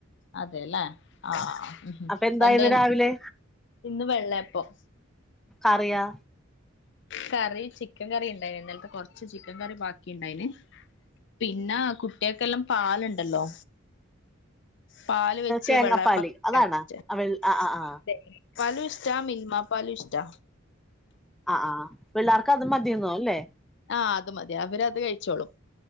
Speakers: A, on the left; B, in the centre.
A: അതെലെ ആഹ്
B: അപ്പൊ എന്തായിന്ന്
A: എന്തെ
B: രാവിലെ
A: ഇന്ന് വെള്ളെപ്പം
B: കറിയാ
A: കറി ചിക്കൻ കറി ഇണ്ട് ഇന്നല്ത്തെ കൊറ്ച്ച് ചിക്കൻ കറി ബാക്കിണ്ടായിന് പിന്നെ കുട്ട്യേൾക്കെല്ലാം പാല്ണ്ടല്ലോ പാല് വെച്ച്
B: തേങ്ങാപ്പാല്
A: വെള്ളെപ്പം
B: അതാണാ
A: <unintelligible>
B: വെ ആ ആ ആ
A: പാലുഷ്ട്ടാ മിൽമാ പാലുഷ്ട്ടാ
B: ആഹ് ആഹ് പിള്ളാർക്ക് അതും മതിയെന്നോ ല്ലേ
A: ആഹ് അത് മതി അവര് അത് കഴിച്ചോളും